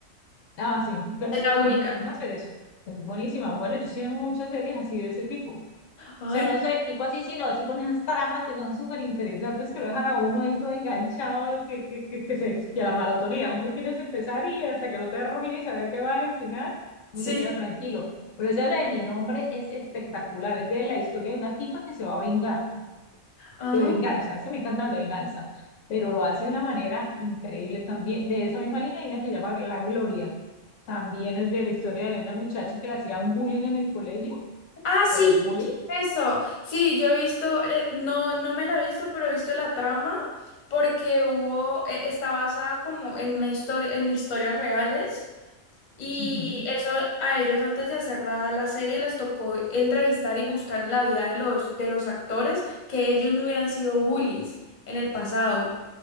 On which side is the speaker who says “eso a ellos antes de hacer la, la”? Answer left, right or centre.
Left